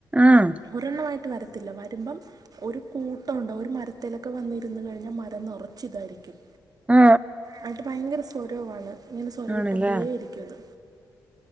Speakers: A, on the right; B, on the right.
A: ആഹ്
B: ഒരെണ്ണവായിട്ട് വരത്തില്ല വരുമ്പം ഒരു കൂട്ടമുണ്ട് ഒരു മരത്തിലൊക്കെ വന്നിരുന്നുകഴിഞ്ഞാൽ മരം നിറച്ച് ഇതായിരിക്കും.
A: ഉം
B: ആയിട്ട് ഭയങ്കര സ്വരോവാണ്. ഇങ്ങനെ സ്വര
A: ആണല്ലേ
B: ഇട്ടൊണ്ടേ ഇരിക്കത്